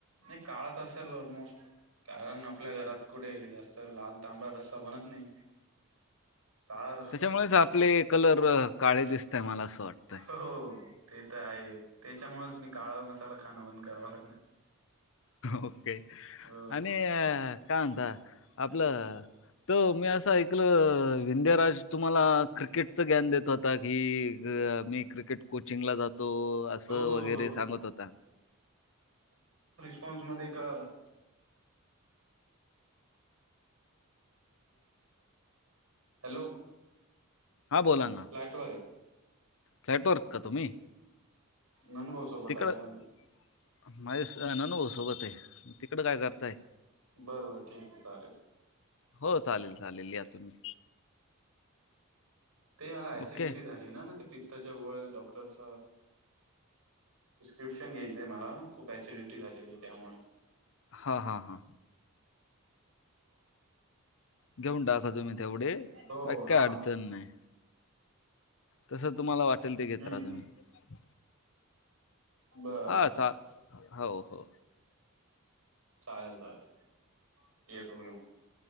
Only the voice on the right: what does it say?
नाही काळात असेल ऑलमोस्ट कारण आपल्या घरात कुठे जास्त लाल तांबड रस्सा बनत नाही काळा रस्सा
हो ते तर आहे त्याच्यामुळेच मी काळा मसाला खाणं बंद करावा लागणार
हो
हो हो
हो
नाही
ॉन्स मध्ये का हॅलो
फ्लॅट वर आहे
ननभाऊ सोबत
आहे आम्ही
बर बर ठीक आहे चालेल
ते मला ॲसिडिटी
झाली ना म्हणजे पित्त वेळ डॉक्टरच प्रिस्क्रिप्शन घ्यायचाय मला खूप ॲसिडिटी झालेली त्यामुळे
हो
हा
हम्म
बर
बर
चालेल चालेल येतो की